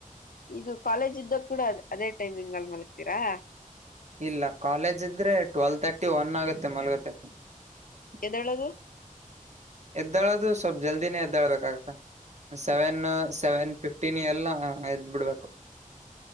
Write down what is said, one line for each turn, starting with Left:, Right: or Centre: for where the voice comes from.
Left: ಇದು ಕಾಲೇಜ್ ಇದ್ದಾಗ ಕೂಡ ಅದೇ ಟೈಮಿಂಗ್ ಅಲ್ ಮಲಗ್ಕ್ತೀರಾ
Right: ಇಲ್ಲ ಕಾಲೇಜ್ ಇದ್ರೆ ಟ್ವೆಲ್ವ ತರ್ಟಿ ಒನ್ ಆಗುತ್ತೆ ಮಾಲ್ಗಕೆ <unintelligible>
Left: ಎದ್ದೇಳೋದು
Right: ಜಲ್ದಿನೆ ಎದ್ <unintelligible> ಳ್ಬೇಕಾಗತ್ತ ಸೆವೆನ್ ಸೆವೆನ್ ಫಿಫ್ಟೀನ್ ಎಲ್ಲ ಹಾ ಎದ್ ಬಿಡ್ಬೇಕು